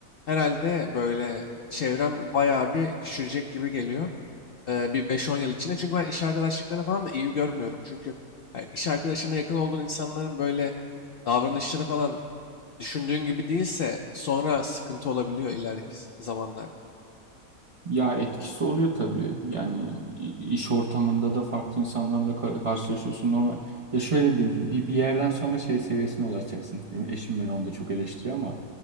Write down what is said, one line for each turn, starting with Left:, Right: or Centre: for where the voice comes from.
Left: herhalde böyle çevrem bayağı bir küçülecek gibi geliyor. Eee, bir beş-on yıl içinde. Çünkü ben iş arkadaşlıklarını falan da iyi görmüyorum. Çünkü yani iş arkadaşına yakın olduğun insanların böyle davranışları falan düşündüğün gibi değilse sonra sıkıntı olabiliyor ileriki z- zamanlarda.
Right: Ya etkisi oluyor tabii. Yani i- iş ortamında da farklı insanlarla kar- karşılaşıyorsun normal. Ya şöyle diyeyim bir, bir yerden sonra şey seviyesine ulaşacaksın. Benim eşim beni onda çok eleştiriyor ama